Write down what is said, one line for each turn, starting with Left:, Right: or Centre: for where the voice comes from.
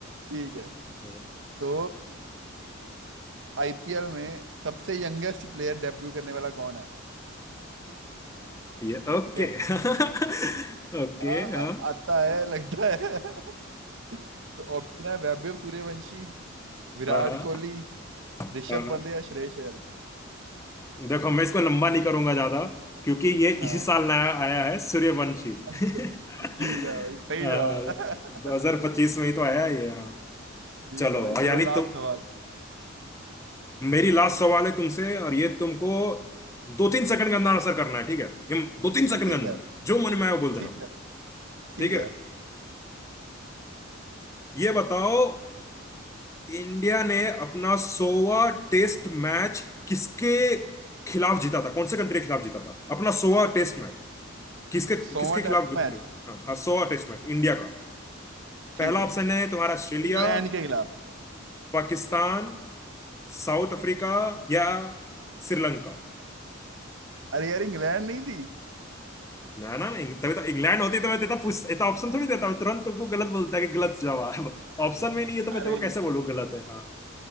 Right: ठीक है
Left: हम्म।
Right: तो आईपीएल में सबसे यंगेस्ट प्लेयर डेब्यू करने वाला कौन है
Left: ये ओके
Right: ठीक है
Left: <laughs> ओके
Right: आ,
Left: हाँ
Right: आता है लगता है <laughs> तो ऑप्शन है वैभव सूर्यवंशी विराट
Left: हाँ हाँ
Right: कोहली
Left: हाँ।
Right: ऋषभ
Left: हाँ।
Right: पंत या श्रेयस अय्यर
Left: देखो मैं इसको लंबा नहीं करूंगा ज्यादा क्योंकि ये
Right: हाँ
Left: इसी साल नया आया है सूर्यवंशी <laughs>
Right: अच्छा ठीक है भाई सही
Left: दो
Right: जवाब है <laughs>
Left: हजार पच्चीस में ही तो आया है ये हाँ।
Right: ठीक
Left: चलो
Right: है भाई
Left: यानी
Right: चलो लास्ट
Left: तुम
Right: सवाल
Left: मेरी लास्ट सवाल है तुमसे और ये तुमको दो तीन सेकंड के अंदर आंसर करना है ठीक है ये दो तीन सेकंड
Right: ठीक
Left: के अंदर
Right: है
Left: जो मन में आए वो बोल देना
Right: ठीक है ठीक
Left: ठीक है
Right: है
Left: ये बताओ इंडिया ने अपना सोवा टेस्ट मैच किसके खिलाफ जीता था कौन से कंट्री के खिलाफ जीता था अपना सोवा टेस्ट मैच किसके
Right: सोमा
Left: किसके खिलाफ
Right: टेस्ट
Left: विक्ट्री
Right: मैच
Left: हाँ हाँ सोवा टेस्ट मैच इंडिया का
Right: ठीक
Left: पहला
Right: है
Left: ऑप्शन है तुम्हारा ऑस्ट्रेलिया
Right: इंग्लैंड के खिलाफ
Left: पाकिस्तान साउथ अफ्रीका या श्रीलंका
Right: अरे यार इंग्लैंड नहीं थी
Left: ना ना ना तभी तो इंग्लैंड होती तो मैं तेता पूछ इतना ऑप्शन थोड़ी देता मैं तुरंत तुमको गलत बोलता कि गलत जवाब ऑप्शन में नहीं है तो मैं
Right: अरे
Left: तुमको कैसे
Right: ये
Left: बोलूँ गलत है हाँ